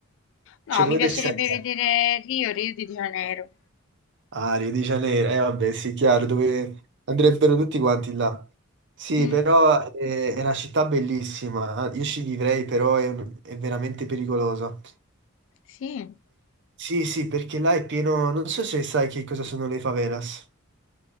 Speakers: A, on the left; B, on the right.
A: No,
B: Cioè, dove
A: mi piacerebbe
B: dovresti andare?
A: vedere Rio, Rio de Janeiro.
B: Ah, Rio di Janeiro, eh vabbè, sì, chiaro, dove andrebbero tutti quanti là. Sì,
A: Mm,
B: però eh, è una città bellissima, ah, io ci vivrei, però è, è veramente pericolosa.
A: sì.
B: Sì, sì, perché là è pieno, non so se sai che cosa sono le favelas.